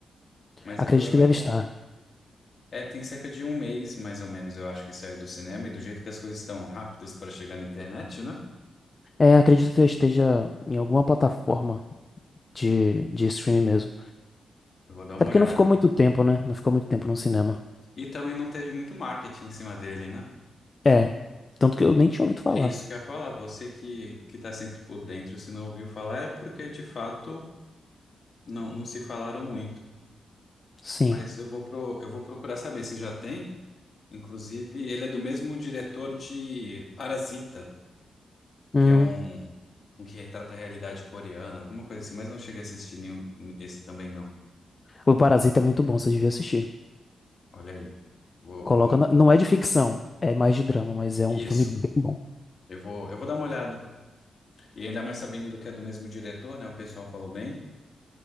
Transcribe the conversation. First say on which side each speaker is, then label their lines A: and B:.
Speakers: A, on the left; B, on the left.
A: mas
B: Acredito
A: eu vou levar
B: que deve
A: em conta.
B: estar.
A: É, tem cerca de um mês, mais ou menos, eu acho que saiu do cinema, e do jeito que as coisas estão rápidas para chegar na internet, né?
B: É, acredito que eu esteja em alguma plataforma de, de streaming mesmo.
A: Eu vou dar
B: Até
A: uma
B: porque
A: olhada.
B: não ficou muito tempo, né? Não ficou muito tempo no cinema.
A: E também não teve muito marketing em cima dele, né?
B: É, tanto que eu nem tinha ouvido falar.
A: É isso que eu ia falar. Você que, que tá sempre por dentro, se não ouviu falar, é porque de fato não, não se falaram muito.
B: Sim.
A: Mas eu vou pro, eu vou procurar saber se já tem. Inclusive, ele é do mesmo diretor de Parasita,
B: Hum,
A: que é um, um que retrata a realidade coreana, alguma coisa assim, mas não cheguei a assistir nenhum esse também, não.
B: o Parasita é muito bom, você devia assistir.
A: Olha aí. Vou,
B: Coloca
A: vou.
B: na- Não é de ficção, é mais de drama, mas é
A: Isso.
B: um filme bem bom.
A: Eu vou, eu vou dar uma olhada. E ainda mais sabendo que é do mesmo diretor, né? O pessoal falou bem.